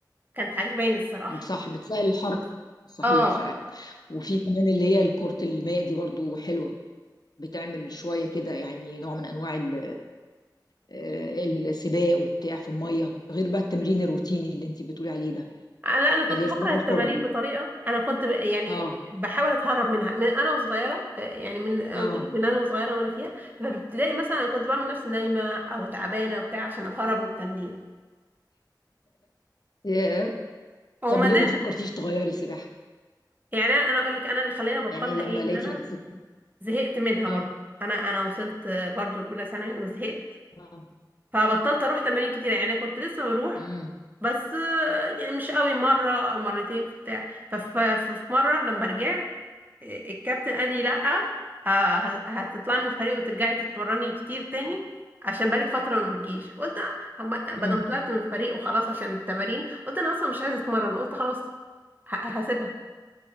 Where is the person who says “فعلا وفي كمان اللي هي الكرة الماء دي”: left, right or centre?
Left